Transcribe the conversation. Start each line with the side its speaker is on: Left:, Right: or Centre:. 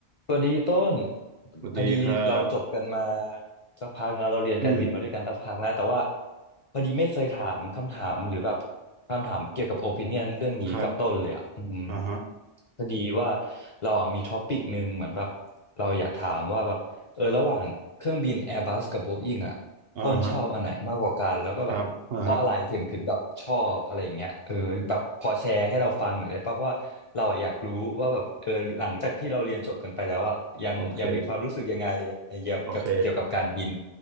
Left: สวัสดีต้น
Right: สวัสดีครับ
Left: พอดีเราจบกันมาสักพักนะเราเรียนการบินมาด้วยกันสักพักนะแต่ว่า
Right: อืม
Left: พอดีไม่เคยถามคำถามหรือแบบคำถามเกี่ยวกับโอปิเนียนเรื่องนี้กับต้นเลยอ่ะอืม
Right: ครับอ่าฮะ
Left: พอดีว่าเราอะมีท็อปิกหนึ่งเหมือนแบบเราอยากถามว่าแบบเออระหว่างเครื่องบิน Airbus กับ Boeing อ่ะ
Right: อ่าฮะ
Left: ต้นชอบอันไหนมากกว่ากันแล้วก็แบบเพราะอะไรถึงถึงแบบชอบอะไรอย่างเงี้ยเออแบบพอแชร์ให้เราฟังหน่อยได้ป่ะเพราะว่าเราอะอยากรู้ว่าแบบเออหลังจากที่เราเรียนจบกันไปแล้วอะยังยังมีความรู้สึกยังไงไอ้เกี่ยวกับเกี่ยวกับการบิน
Right: ครับอ่าฮะ โอเค โอเค